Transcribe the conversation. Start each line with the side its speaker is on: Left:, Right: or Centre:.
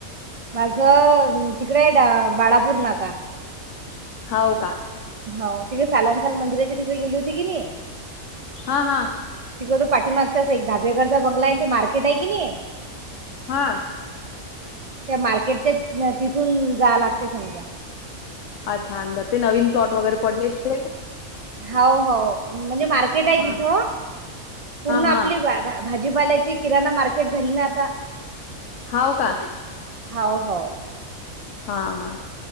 Right: माझं तिकडे बाळापूर नाका.
Left: होव का?
Right: हो तिकडे सालानसाल मंदिराची तिकडे गेली होती की नाही.
Left: हा हा.
Right: तिकडे तो पाठीमागताच आहे एक डाबेगरचा बंगला आहे आणि ते मार्केट आहे कि नाही.
Left: हा.
Right: त्या मार्केटच्या तिथून जाय लागते समजा.
Left: अच्छा! अंदर ते नवीन प्लॉट वगैरे पडले ते.
Right: हो हो म्हणजे मार्केट आहे
Left: हा
Right: तिथ पूर्ण आपलीच
Left: हा
Right: आहे. भाजीपाल्यायची किराणा मार्केट झाली ना आता?
Left: हो का?
Right: हो हो
Left: हा हा